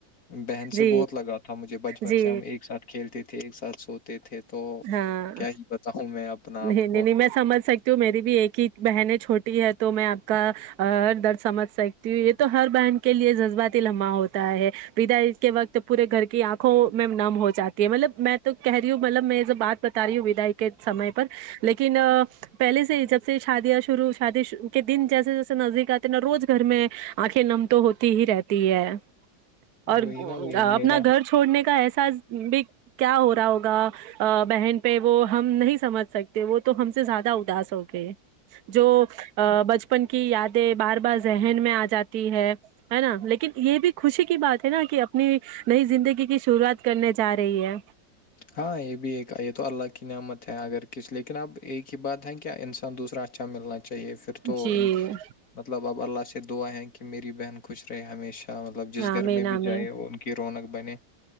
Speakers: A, on the left (about 50°); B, on the right (about 65°).
A: بہن سے
B: جی
A: بہت لگا تھا مجھے بچپن
B: جی
A: سے ہم ایک ساتھ کھیلتے تھے ایک ساتھ سوتے تھے تو
B: ہاں
A: کیا ہی بتاؤوں میں اپنا
B: نہیں
A: آپ
B: نہیں
A: کو
B: نہیں میں سمھ سکتی تو میری بھی ایک ہی بہنیں چھوٹی ہے تو میں آپ کا ر درد سمجھ سکتی ہ یہ تو ہر بہن کے لیے جذباتی لمحہ ہوتا ہے پدا اس کے وقت پورے گھر کی آنکھوں میں نم ہو جات ہے مطلب میں تو کہہ رہی ہوں مطلب میں بات بتا رہی ہوں ودا کے سمے پر لیکن پہلے سے ہی جب سے شادیاں شرو شادی کے دن جیسے جیسے نزدیک آتی اتنا روز گھر میں آنکھیں نم تو ہوتی ہی رہتی ہے اور
A: وہی نا وہی
B: اپنا
A: میرا
B: گھر چھوڑنے کا احساس بھی کیا ہو رہا ہوگا بہن پہ وہ ہم نہیں سمجھ سکتے وہ تو ہم سے زیادہ اداس ہو گئے جو بچپن کی یادیں بار بار ذہن میں آ جاتی ہے ہے نا لیکن یہ بھی خوشی کی بات ہے نا کہ اپنی نئی زندگی کی شروعات کرنے جا رہی ہے
A: ہاں یہ بھی ایک یہ تو اللہ کی نعمت ہے اگر کس لیکن اب ایک ہی بات ہے کہ انسان دوسرا اچھا ملنا چاہیےھر پھر تو
B: جی
A: مطلب اب اللہ سے دعا ہے کہ میری بہن خوش رہے ہمیشہ مطلب جس
B: آمین
A: گھر میں
B: آمین
A: بھی جائے ان کی رونق بنے